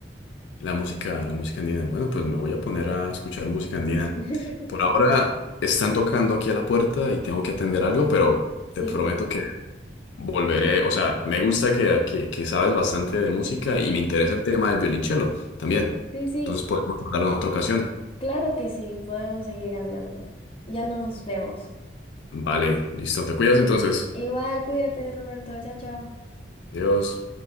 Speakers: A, on the left; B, on the left.
A: La música, la música andina. Bueno, pues me voy a poner a escuchar música andina.
B: <laughs>
A: Por ahora están tocando aquí a la puerta y tengo que atender algo, pero
B: Sí,
A: te prometo que Volveré, o sea, me gusta que, que, que sabes bastante de música y me interesa el tema del violonchelo también.
B: sí, sí,
A: Entonces podemos hablar en otra ocasión.
B: claro que sí, podemos seguir hablando. Ya nos vemos.
A: Vale, listo. Te cuidas entonces.
B: Igual, cuídate, Roberto, chao, chao.
A: Adiós.